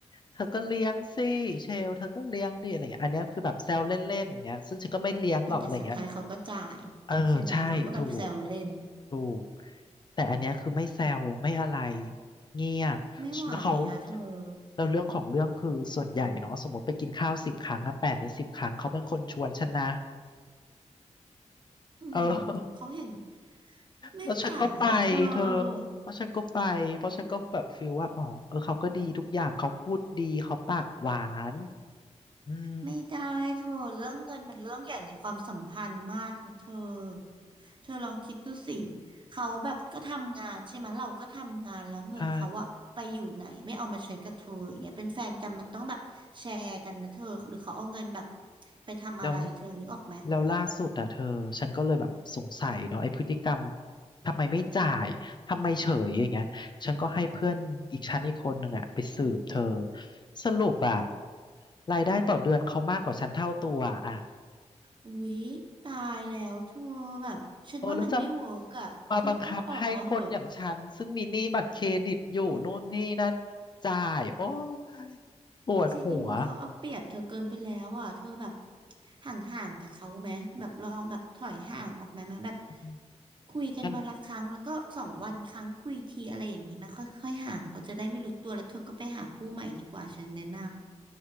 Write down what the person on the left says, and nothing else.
เธอก็เลี้ยงสิเชลเธอก็เลี้ยงดิอะไรเงี้ยอันเนี้ยคือแบบแซวเล่นๆอย่างเงี้ยซึ่งฉันก็ไม่เลี้ยงหรอกอะไรเงี้ย
เออใช่ถูก
ถูกแต่อันเนี้ยคือไม่แซวไม่อะไรเงียบแล้วเขา
เราเรื่องของเรื่องคือส่วนใหญ่เนาะสมมติไปกินข้าวสิบครั้งอะแปดในสิบครั้งเขาเป็นคนชวนฉันนะ
เออ <laughs>
แล้วฉันก็ไปเธอเพราะฉันก็ไปเพราะฉันก็แบบฟีลว่าอ๋อเออเขาก็ดีทุกอย่างเขาพูดดีเขาปากหวานอืม
ใช่
แล้วแล้วล่าสุดอ่ะเธอฉันก็เลยแบบสงสัยเนาะไอ้พฤติกรรมทำไมไม่จ่ายทำไมเฉยอย่างเงี้ยฉันก็ให้เพื่อนอีกชั้นอีกคนหนึ่งอ่ะไปสืบเธอสรุปอ่ะรายได้ต่อเดือนเขามากกว่าฉันเท่าตัวอ่ะ
โอ้แล้วจะมาบังคับให้คนอย่างฉันซึ่งมีหนี้บัตรเครดิตอยู่นู่นนี่นั่นจ่ายโอ้ยปวดหัว
อืม
งั้น